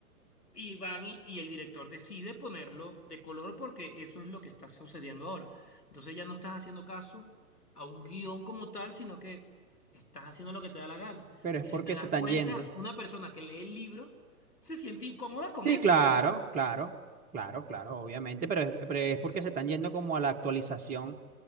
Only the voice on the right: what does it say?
pero es
porque
se están
yendo.
Sí,
claro,
claro, claro, claro, obviamente, pero es, pero es porque se están yendo como a la actualización,